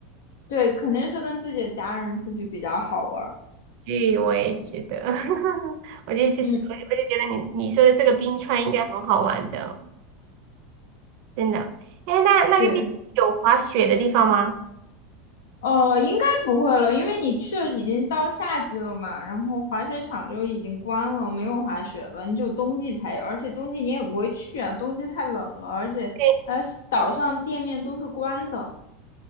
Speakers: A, on the left; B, on the right.
A: 对，肯定是跟自己的家人出去比较好玩儿，
B: 对，我也觉得，<laughs> 我就是我就我就觉得你你说的这个冰川应该很好玩的，
A: 嗯，
B: 真的。哎，那那个地方有滑雪的地方吗？
A: 对。哦，应该不会了，因为你去已经到夏季了嘛，然后滑雪场就已经关了，没有滑雪的，你只有冬季才有，而且冬季你也不会去啊，冬季太冷了，而且呃岛上店面都是关的。
B: 对，